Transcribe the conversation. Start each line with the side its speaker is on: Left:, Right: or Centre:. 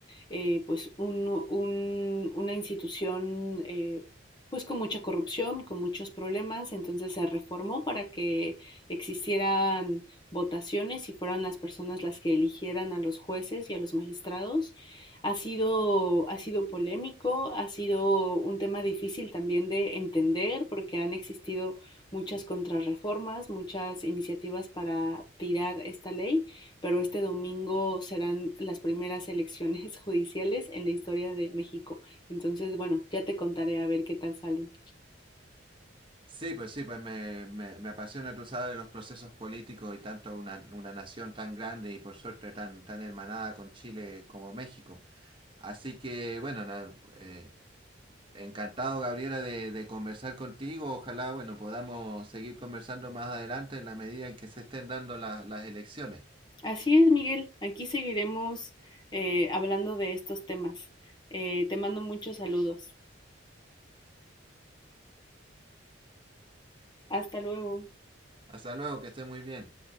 Left: eh, pues un, un, una institución eh, pues con mucha corrupción, con muchos problemas, entonces se reformó para que existieran votaciones y fueran las personas las que eligieran a los jueces y a los magistrados. Ha sido, ha sido polémico, ha sido un tema difícil también de entender porque han existido muchas contrarreformas, muchas iniciativas para tirar esta ley pero este domingo serán las primeras elecciones <laughs> judiciales en la historia de México. Entonces, bueno, ya te contaré a ver qué tal salen.
Right: Sí, pues sí, pues me, me, me apasiona, tú sabes, los procesos políticos y tanto una, una nación tan grande y por suerte tan, tan hermanada con Chile como México. Así que, bueno, na- eh, Encantado, Gabriela, de, de conversar contigo. Ojalá, bueno, podamos seguir conversando más adelante en la medida en que se estén dando la- las elecciones.
Left: Así es, Miguel, aquí seguiremos eh, hablando de estos temas. Eh, te mando muchos saludos. Hasta luego.
Right: Hasta luego, que estés muy bien.